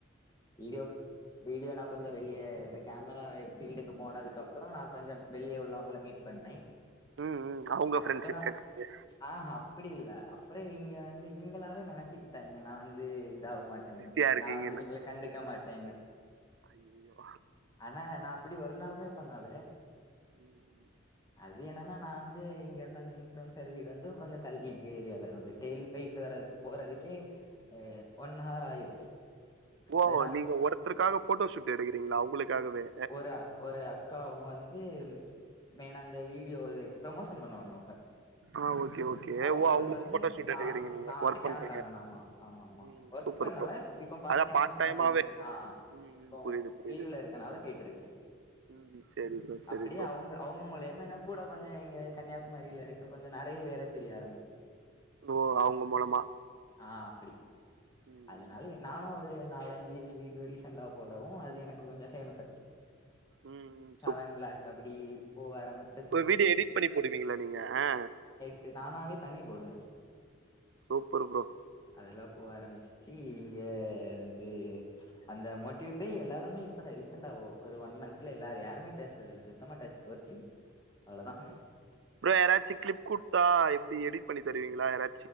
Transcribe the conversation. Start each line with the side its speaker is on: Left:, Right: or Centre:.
Left: வீடியோ வீடியோனா கொஞ்சோ வெளிய இந்த கேமராய் ஃபீல்டு கு போனதுக்கு அப்பறோ நா கொஞ்சம் வெளிய உள்ளவங்கள மீட் பண்ணே
Right: ம் ம் அவுங்க
Left: அப்பறோ
Right: ஃப்ரெண்ட்ஷிப் கெடச்சது
Left: ஆ ஹ அப்டி இல்ல அப்பற இவிய்ங்க வந்து இவிங்களாவே நெனச்சிக்கிட்டாய்ங்க நா வந்து இதாக மாட் டேனு
Right: பிஸியா இருக்கீங்கன்னா
Left: நா வந்து இவிங்ய்கள கண்டுக்க மாட்டேனு
Right: ஐயயோ
Left: ஆனா நாப் அப்டி ஒரு நாளுமே பண்ணல
Right: ம் ம்
Left: அது என்னனா நா வந்து இங்க இருந்து அந்த இன்ஃப்ரன்சர் வீடு வந்து கொஞ்ச தள்ளி எங்க ஏரியால இருந்து டெய்லி போயிட்டு வரது போறதுக்கே அ ஒன் ஹவர் ஆயிரு
Right: ஓ
Left: அதுனா
Right: நீங்க ஒருத்தருக்காக போட்டோ ஷூட் எடுக்கிறீங்களா அவுங்களுக்காகவே
Left: ஒரு ஒரு அக்கா அவுங்க வந்து மெய்னா அந்த வீடியோ இது ப்ரமோஷன் பண்ணுவாங்க அவுங்க
Right: ஆ ஓகே ஓகே
Left: அவுங்களுக்கு
Right: ஓ
Left: வந்து
Right: போட்டோ ஷூட்
Left: நா
Right: எடுக்குறீங்க நீங்க
Left: நா
Right: ஒர்க்
Left: கேமராமேன்
Right: பண்றீங்க
Left: ஆமா ஆமா ஆமா
Right: ம்
Left: ஒர்க்
Right: சூப்பர்
Left: பண்ணல
Right: ப்ரோ
Left: இப்போ பார்ட்
Right: அதா
Left: டைமா சும்மா
Right: டைமாவே
Left: போயிட்டுருக்கே ஆ
Right: ம்
Left: இப்போ
Right: ம் புரியுது புரியுது
Left: லீவ்ல இருக் கனால போயிட்டுருக்கே
Right: ம் செரி ப்ரோ செரி
Left: அப்டியே
Right: ப்ரோ
Left: அவுங்க அவுங்க மூலியமா எனக் கூட கொஞ்ச இங்க கன்னியாகுமரில இருக்கு கொஞ்ச நெறைய பேர தெரிய ஆரம்பிச்சிச்சு
Right: ஓ அவுங்க மூலமா
Left: ஆ அப்டி
Right: ம்
Left: அதனாலியே
Right: ம்
Left: நானு ஒரு நாலஞ்சு வீ டியோ ரீசண்டா போடவு அது எனக்கு கொஞ்சோ பேமஸ் ஆச்சு
Right: ம் ம்
Left: செவன் லக் அப்டி போக ஆரமி
Right: இப்ப ஒரு வீடியோ எடிட் பண்ணி போடுவீங்களா நீங்க ஆ
Left: இது நானாவே பண்ணி போடுவே
Right: சூப்பர் ப்ரோ
Left: அதெல்லா போக ஆரமிச்சிச்சி இவிய்ங்க வந்து அந்த மோட்டிவு பே எல்லாருமே இப் இப்பதா ரீசண்டாவோ ஒரு ஒன் மந்த்ல எல்லாரு யாருமே பேசுறது இல்ல சுத்தமா டச்ச போச்சி அவ்ளோதா
Right: ம் ப்ரோ யாராச்சி கிளிப் குடுத்தா எப்டி எடிட் பண்ணி தருவீங்களா யாரா